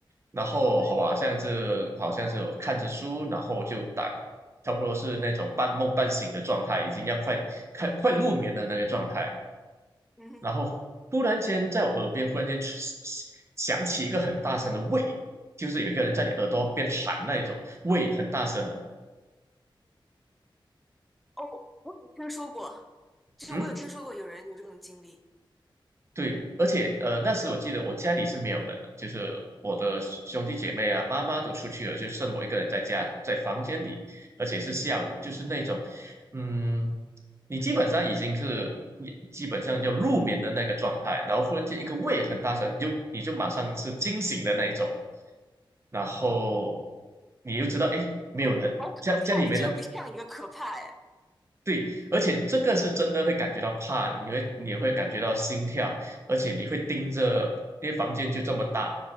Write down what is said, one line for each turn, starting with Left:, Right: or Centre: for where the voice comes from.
Right: 然后好吧，
Centre: 嗯哼，
Right: 像是好像是我看着书，然后就打，差不多是那种半梦半醒的状态，已经要快快快入眠的那个状态。
Centre: 嗯哼，
Right: 然后突然间在我耳边忽然间出响起一个很大声的喂，就是有一个人在你耳朵边喊那一种喂，很大声的。
Centre: 哦，我有听说过，就是我有听说过有人有这种经历，
Right: 嗯，对，而且呃，那时我记得我家里是没有人的，就是我的兄弟姐妹啊、爸妈都出去了，就剩我一个人在家，在房间里，而且是下午，就是那种，嗯，你基本上已经是基本上要入眠的那个状态，然后忽然间一个胃很大声，你就你就马上是惊醒的那一种，然后你又知道，诶，没有人，
Centre: 感觉好可怕呀！
Right: 家家里没人，
Centre: 这个比上一个可怕哎，
Right: 对，而且这个是真的会感觉到怕的你会你会感觉到心跳，而且你会盯着，因为房间就这么大，